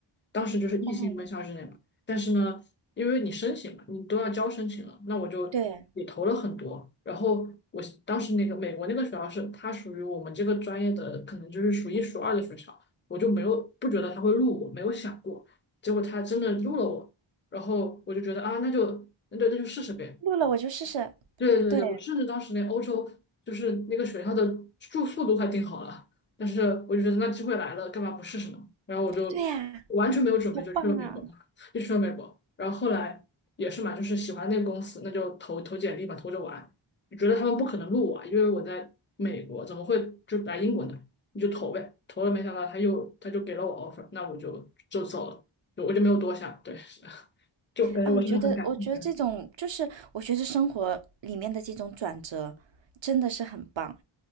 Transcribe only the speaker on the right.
哦，
对，
录了我就试试。
对
对呀，好棒啊！
哎，我觉得，我觉得这种就是我觉得生活里面的这种转折真的是很棒。